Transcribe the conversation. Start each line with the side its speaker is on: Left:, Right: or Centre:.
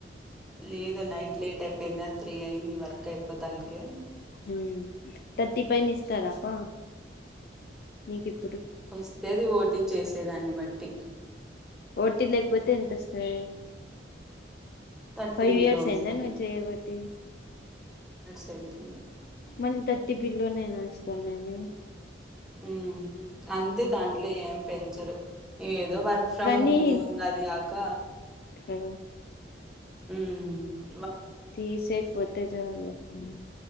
Centre: లేదు నైట్ లేట్ అయిపోయింది అది త్రీ అయింది వర్క్ అయిపోదలకే
Left: ఊ థర్టీ పైన ఇస్తారాప్ప నీకిప్
Centre: వస్తది ఓటీ చేసేదాన్ని బట్టి
Left: ఒటి లేక్పోతే ఎంతస్తది
Centre: థర్టీ
Left: ఫైవ్
Centre: బిలో
Left: ఇయర్స్
Centre: వస్తది
Left: ఐందా నువ్ చెయబటి
Centre: దవుతుందే
Left: మళ్ళీ థర్టీ బిల్ల్లోనేనా ఇస్తునారు
Centre: ఊ అంతే దాంట్లో ఏం పెంచరు ఏదో వర్క్ ఫ్రమ్
Left: కానీ
Centre: హోము ఇంగ అది కాక
Left: ఏమో
Centre: ఊ ఊ
Left: తీసే పోతే చాలు పోనీ